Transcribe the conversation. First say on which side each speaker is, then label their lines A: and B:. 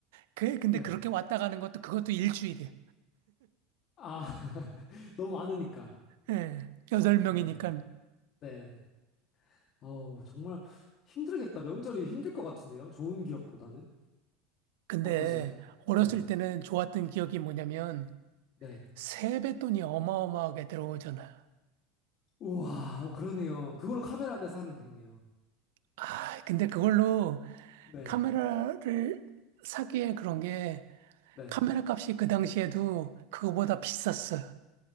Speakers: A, on the right; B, on the left.
A: 그, 근데
B: 네.
A: 그렇게 왔다 가는 것도 그것도 일주일이에요.
B: 아, <laughs> 너무 많으니까.
A: 예. 여덟 명이니까.
B: 네. 네. 어우, 정말 힘들겠다. 명절이 힘들 것 같은데요. 좋은 기억보다는.
A: 근데
B: 어떠세요?
A: 어렸을
B: 네.
A: 때는 좋았던 기억이 뭐냐면
B: 네.
A: 세뱃돈이 어마어마하게 들어오잖아요.
B: 우와, 어, 그러네요. 그걸로 카메라 한대 사면 되겠네요.
A: 아, 근데 그걸로
B: 네,
A: 카메라를 사기에 그런 게
B: 네.
A: 카메라 값이 그 당시에도 그거보다 비쌌어요.